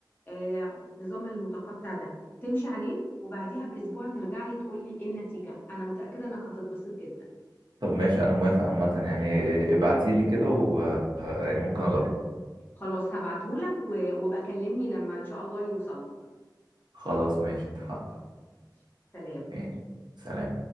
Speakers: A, on the left; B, on the right.
A: آه، نظام المتقطع ده تمشي عليه وبعديها بأسبوع ترجع لي تقول لي إيه النتيجة أنا متأكدة إنك هتتبسط جدا
B: طب ماشي انا موافق عامه يعني ابعتيلي كده و يعني ممكن اجرب
A: خلاص هبعته لك وابقى كلمني لما إن شاء الله يوصل لك
B: خلاص ماشي اتفقنا
A: ماشي. سلام
B: ماشي سلام